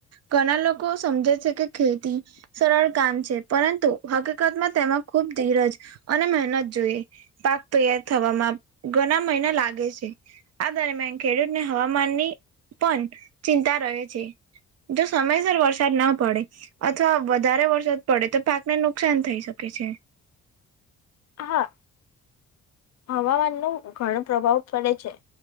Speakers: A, on the right; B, on the left.
A: ઘના લોકો સમજે છે કે ખેતી સરળ કામ છે પરંતુ હકીકતમાં તેમાં ખૂબ ધીરજ અને મહેનત જોઈએ. પાક તૈયાર થવામાં ઘના મહિના લાગે છે આ દરમિયાન ખેડૂત ને હવામાનની પન ચિંતા રહે છે. જો સમયસર વરસાદ ના પડે અથવા વધારે વરસાદ પડે તો પાકને નુકસાન થઈ શકે છે.
B: હા હવામાન નો ઘણો પ્રભાવ પડે છે.